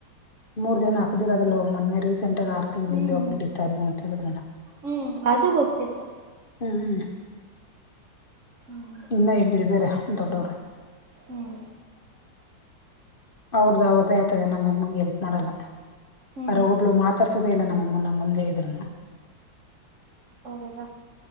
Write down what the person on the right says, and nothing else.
ಹ್ಮ್
ಹ್ಮ್ ಅದು ಗೊತ್ತಿತ್ತು
ಹ್ಮ್
ಹ್ಮ್
ಹ್ಮ್
ಹೌದಾ